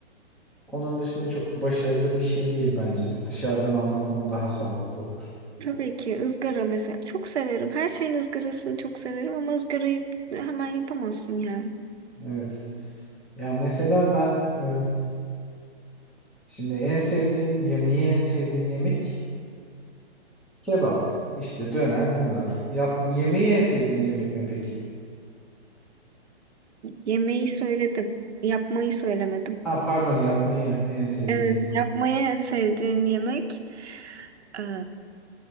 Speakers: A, in the centre; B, on the right (about 75°).
A: onun dışında çok başarılı bir şey değil bence de. Dışarıdan almak onu daha sağlıklı olur.
B: Tabii ki ızgara mesela çok severim. Her şeyin ızgarasını çok severim ama ızgarayı hemen yapamazsın yani.
A: Evet. Ya mesela ben e, şimdi en sevdiğin yemeği en sevdiğin yemek kebap. İşte döner bunlar. Yap, yemeği en sevdiğin yemek ne peki?
B: Yemeği söyledim, yapmayı söylemedim.
A: Ha pardon yapmayı en sevdiğin
B: Evet,
A: yemek.
B: yapmaya sevdiğim yemek e,